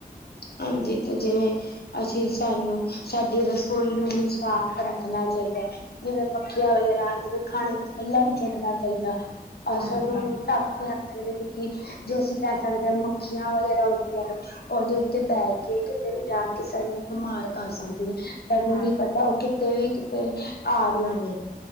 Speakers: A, on the left; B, on the right.
A: ਹਾਂਜੀ 'ਤੇ ਜਿਵੇਂ ਅਸੀਂ ਸਾਨੂੰ ਸਾਡੀ ਰਸੋਈ ਨੂੰ ਵੀ ਸਾਫ਼ ਰੱਖਣਾ ਚਾਈਦਾ ਐ। ਜਿਵੇਂ ਮੱਖੀਆਂ ਵਗੈਰਾ ਜਿਵੇਂ ਖਾਣੇ ਨੂੰ ਖੁੱਲਾ ਨੀ ਛੱੜਣਾ ਚਾਈਦਾ। ਅਹ
B: ਹਾਂਜੀ
A: ਸਾਨੂੰ
B: ਹਾਂਜੀ
A: ਉਨੂੰ ਢੱਕ ਕੇ ਰੱ ਐਵੇਂ ਦੇ ਕਿਉਂਕਿ ਜੋ ਅਸੀਂ ਕਰ ਸਕਦੇ ਆ ਮੱਖੀਆਂ ਵਗੈਰਾ ਹੁੰਦੀਆਂ ਨੇ ਉਦੇ 'ਤੇ ਬੈ ਕੇ ਕਿਤੇ ਵੀ ਜਾ ਕੇ ਸਾਨੂੰ ਬਿਮਾਰ ਕਰ ਸਕਦੇ ਨੇ ਸਾਨੂੰ
B: ਹਾਂ
A: ਨੀ ਪਤਾ ਓ ਕਿਤੇ ਵੀ ਕਿ ਤੇ ਆਰੀ ਆ ਨੇ।